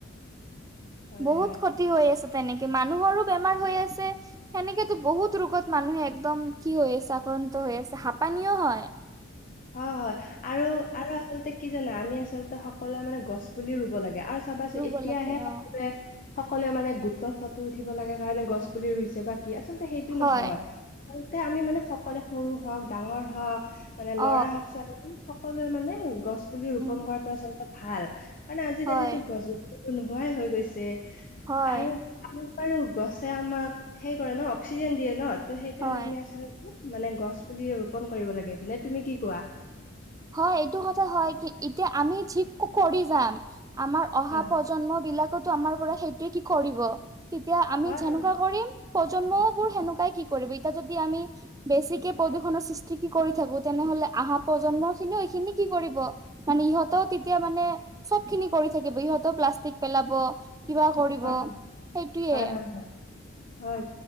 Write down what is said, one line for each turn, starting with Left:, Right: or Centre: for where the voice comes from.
Left: হয়
Right: বহুত
Left: হয়
Right: ক্ষতি হৈ আছে তেনেকে, মানুহৰো বেমাৰ হৈ আছে, সেনেকেতো বহুত ৰোগত মানুহে একদম কি হৈ আছে, আক্ৰান্ত হৈ আছে হাপানিও হয়।
Left: হয় হয় আৰু আৰু আচলতে কি জানা আমি আচলতে সকলোৱে মানে গছ পুলি ৰুব লাগে আৰু চাবাছো
Right: ৰুব
Left: এতিয়াহে
Right: লাগে
Left: সকলোৱে
Right: অ
Left: সকলোৱে মানে গোটত ফটো উঠিব লাগে কাৰণে গছ পুলি ৰুইছে বা কি আচলতে সেইটো
Right: হয়
Left: নহয়। আচলতে আমি মানে সকলোৱলে সৰু হওঁক, ডাঙৰ হওঁক, মানে
Right: অ
Left: ল'ৰা হওক ছোৱালীজন সকলোৱে মানে গছ পুলি ৰোপন
Right: উম
Left: কৰাতটো আচলতে ভাল। কাৰণ আজিকালিতো
Right: হয়
Left: গছ-গ নোহোৱাই হৈ গৈছে
Right: হয়
Left: আৰু আৰু বাৰো গছে আমাক হেই কৰে ন, অক্সিজেন দিয়ে ন। ত সেইকাৰণে
Right: হয়
Left: আমি আচলতে মানে গছ পুলি ৰোপন কৰিব লাগে, নে তুমি কি কোৱা?
Right: হয় এইটো কথা হয়, কি এতিয়া আমি কৰি যাম, আমাৰ অহা
Left: হয়
Right: প্ৰজন্ম বিলাকতো আমাৰ পৰা সেইটোৱে কি কৰিব, তেতিয়া আমি
Left: হয়
Right: যেনেকুৱা কৰিম, প্ৰজন্মও বোৰ সেনেকুৱাই কি কৰিব। এতিয়া যদি আমি বেছিকে প্ৰদূষণৰ সৃষ্টি কৰি থাকো, তেনেহলে আহা প্ৰজন্মক এইখিনি কি কৰিব। মানে ইহঁতেও তেতিয়া মানে সব খিনি কৰি থাকিব, ইহঁতেও প্লাষ্টিক পেলাব, কিবা কৰিব
Left: হয়
Right: সেইটোয়ে।
Left: হয় হয় হয় হয় হয়